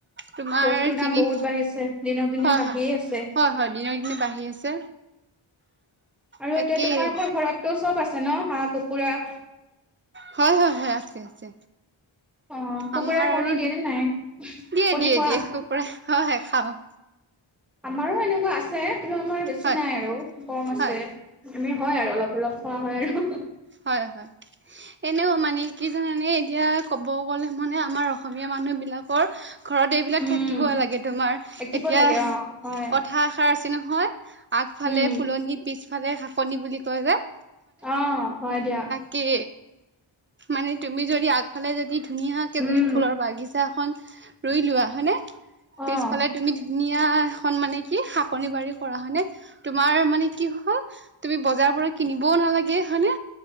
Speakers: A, on the right; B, in the centre.
A: তোমাৰ
B: বস্তুৰ দাম
A: কিনি
B: বহুত বাঢ়িছে দিনক দিনে।
A: হয়,
B: বাঢ়িয়ে
A: হয়,
B: আছে।
A: হয়, হয়। দিনক দিনে বাঢ়ি আছে।
B: আৰু
A: তাকেই
B: এতিয়া তোমালোকৰ ঘৰতটো চব আছে ন? হাঁহ কুকুৰা
A: হয়, হয়, হয়, আছে আছে।
B: অ'। অ' কুকুৰাই
A: আমাৰ
B: কণী
A: আৰু
B: দিয়ে নে নাই
A: দিয়ে
B: কণী
A: দিয়ে
B: খোৱা?
A: দিয়ে কুকুৰা হয় হয় খাওঁ
B: আমাৰো এনেকুৱা আছে, কিন্তু আমাৰ বেছি বেছি
A: হয়
B: নাই আৰু কম আছে।
A: হয়
B: আমি হয় আৰু অলপ অলপ খোৱা হয় আৰু।
A: হয়, হয়। এনেও মানে কি জানানে এতিয়া ক'ব গ'লে মানে আমাৰ অসমীয়া মানুহ বিলাকৰ ঘৰত এইবিলাক
B: উম
A: থাকিব লাগে তোমাৰ,
B: থাকিব
A: এতিয়া
B: লাগে অ হয়
A: কথা এষাৰ আছে নহয় আগফালে
B: উম
A: ফুলনি শাকনি বুলি কয় যে।
B: অ' হয় দিয়া।
A: কি মানে তুমি যদি আগ আগফালে যদি ধুনীয়াকে
B: উম
A: যদি ফুলৰ বাগিচা এখন ৰুই লোৱা হয়নে,
B: অ
A: পিছফালে তুমি ধুনীয়া এখন মানে কি শাকনি বাড়ী কৰা হয়নে, তোমাৰ মানে কি হ'ব? তুমি বজাৰৰ পৰা কিনিবও নালাগে হয় নে।